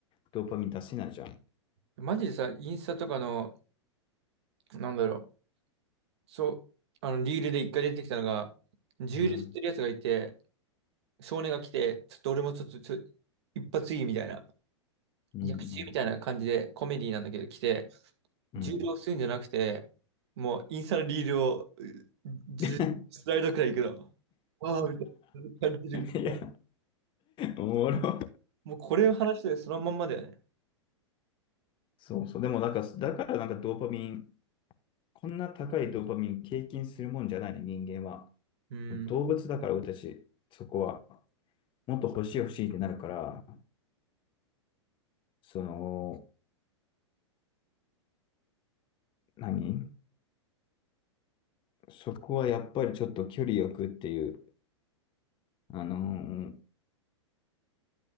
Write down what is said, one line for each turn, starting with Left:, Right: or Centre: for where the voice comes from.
Left: ドーパミン出せないじゃん。
Right: マジでさ、インスタとかの、なんだろう、そう、あの、リールで一回出てきたのが、銃で吸ってるやつがいて、
Left: うん。
Right: 少年が来て、ちょっと俺もちょっと、ちょ、一発いいみたいな、
Left: うん。
Right: 逆中みたいな感じで、コメディなんだけど来て、
Left: うん。
Right: 重量するんじゃなくて、もうインスタのリールを、うじゅスライドくらいいくの。
Left: <laughs>
Right: ああ、みたいな感じるみたいな。
Left: いや、おもろ。
Right: もうこれを話してそのまんまだよね。
Left: そうそう。でもなんか、だからなんかドーパミン、こんな高いドーパミン経験するもんじゃないね、人間は。
Right: うん、
Left: 動物だから俺たち、そこは。もっと欲しい欲しいってなるから、その、何そこはやっぱりちょっと距離よくっていう、あのー